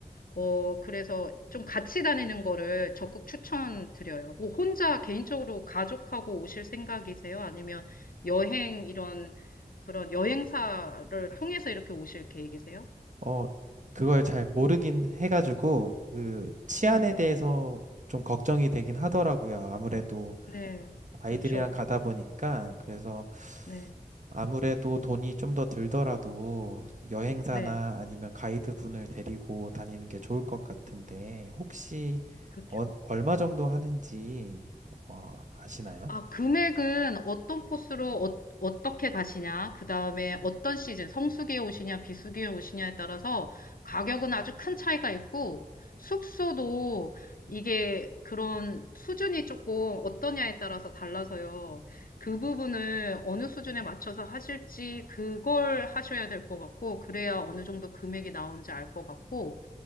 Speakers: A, on the left; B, on the right.
A: 어, 그래서 좀 같이 다니는 거를 적극 추천드려요. 뭐 혼자 개인적으로 가족하고 오실 생각이세요? 아니면 여행 이런 그런 여행사를 통해서 이렇게 오실 계획이세요?
B: 어, 그걸 잘 모르긴 해가지고 그 치안에
A: 음,
B: 대해서 좀 걱정이 되긴 하더라고요. 아무래도
A: 네,
B: 아이들이랑
A: 그렇죠.
B: 가다 보니까 그래서
A: 네,
B: 아무래도 돈이 좀 더 들더라도 여행사나
A: 네,
B: 아니면 가이드분을 데리고 다니는 게 좋을 것 같은데 혹시
A: 그렇죠.
B: 어- 얼마 정도 하는지 어, 아시나요?
A: 아, 금액은 어떤 코스로 어, 어떻게 가시냐, 그 다음에 어떤 시즌, 성수기에 오시냐, 비수기에 오시냐에 따라서 가격은 아주 큰 차이가 있고, 숙소도 이게 그런 수준이 조금 어떠냐에 따라서 달라서요. 그 부분을 어느 수준에 맞춰서 하실지 그걸 하셔야 될 것 같고, 그래야 어느 정도 금액이 나오는지 알 것 같고,